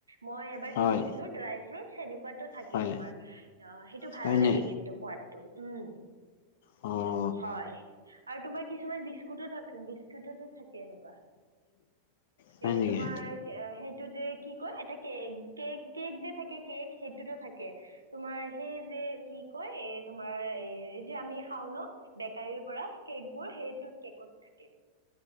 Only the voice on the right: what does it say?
মই এবাৰ
কিনিছিলো ড্ৰাই ফ্ৰুট সেনেকুৱাতটো থাকে
তোমাৰ। অ' সেইটো ভাল
লাগে কিন্তু সোৱাদটো উম।
হয় আৰু তোমাৰ কিছুমান বিস্কুতো থাকে বিস্কুতো থাকে এনেকুৱা।
এ,
তোমাৰ সেইটো যে কি কয় এটা কে কেক কেক যে থাকে কেক সেইটোতো থাকে তোমাৰ সেই যে কি কয় তোমাৰ এই যে আমি খাও ন' বেকাৰীৰ পৰা কেক বোৰ সেইটোত কেকত থাকে।